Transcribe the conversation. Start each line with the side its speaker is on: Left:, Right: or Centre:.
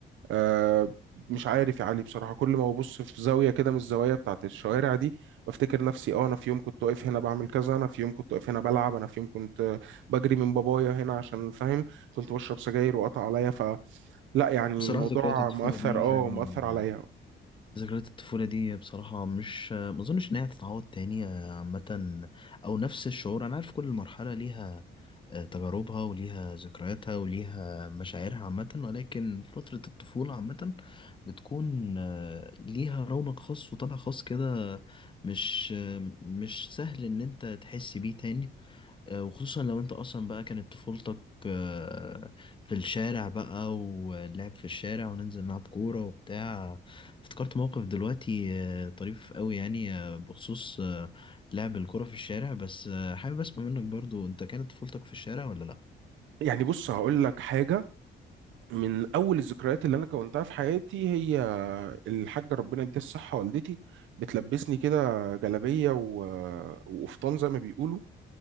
Right: آه مش عارف يا علي بصراحة كل ما ببص في زاوية كده من الزوايا بتاعت الشوارع دي بفتكر نفسي اه انا في يوم كنت واقف هنا بعمل كذا انا في يوم كنت واقف هنا بلعب انا في يوم كنت آه، بجري من بابايا هنا عشان فاهم كنت بشرب سجاير وقطع عليا فلا يعني
Left: بصراحه
Right: الموضوع
Left: ذكريات الطفوله
Right: مؤثر
Left: دي
Right: اه
Left: يعني
Right: مؤثر عليا
Left: ذكريات الطفوله دي بصراحه مش ما اظنش ان هي هتتعوض تاني آه، عامه او نفس الشعور انا عارف كل مرحله ليها آه، تجاربها وليها ذكرياتها وليها مشاعرها عامه ولكن فتره الطفوله عامه بتكون آه، ليها رونق خاص وطبع خاص كده مش آه، مش سهل ان انت تحس بيه تاني آه، وخصوصا لو انت اصلا بقى كانت طفولتك آه، في الشارع بقى واللعب في الشارع وننزل نلعب كورة وبتاع افتكرت موقف دلوقتي آه، طريف قوي يعني آه، بخصوص آه، لعب الكورة في الشارع بس آه، حابب اسمع منك برضو انت كانت طفولتك في الشارع ولا لا
Right: يعني بص هقول لك حاجة من أول الذكريات اللي أنا كونتها في حياتي هي الحاجة ربنا يديها الصحة والدتي بتلبسني كده جلابية و- وقفطان زي ما بيقولوا